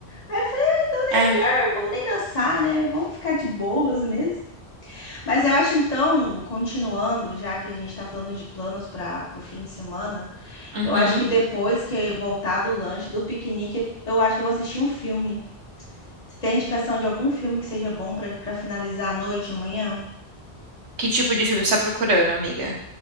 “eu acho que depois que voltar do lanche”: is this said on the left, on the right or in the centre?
Left